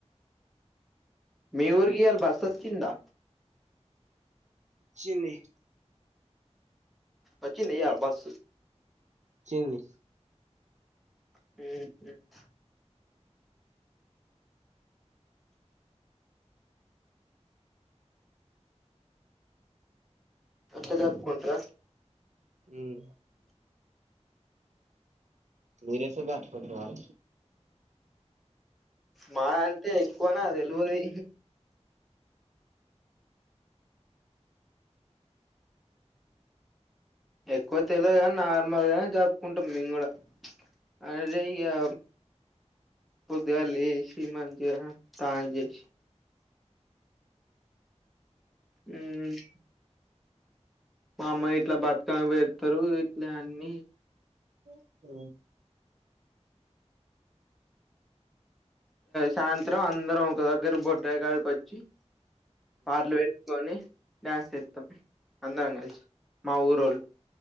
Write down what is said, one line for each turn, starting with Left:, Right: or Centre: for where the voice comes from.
Centre: మీ ఊర్కి ఈయల్ బసొచ్చిందా
Right: చిన్నీ
Centre: వచ్చిందియాల్ బస్సు
Right: చింది
Centre: ఉమ్ అట్ల జరుపుకుంట్రా
Right: ఉమ్ దూరే స <unintelligible> వారు
Centre: మా అంటే ఎక్కువనా తెలివది ఎక్కువ తెలిదు కాని నార్మల్ గానే జరుపుకుంటాం మేము కూడా ఆడ చేయ్యా పొద్దుగాల లేచి మంచిగా తానం చేసి ఉమ్ మా అమ్మా గిట్లా బత్తా బెత్తరు ఇట్లా అన్ని
Right: అ
Centre: సాయంత్రం అందరం ఒక దగ్గర బొడ్రాయి కాడికి వచ్చి పాట్లు పెట్టుకొని డ్యాన్స్ ఇస్తాం అందరం కలిసి మా ఊరోళ్ళు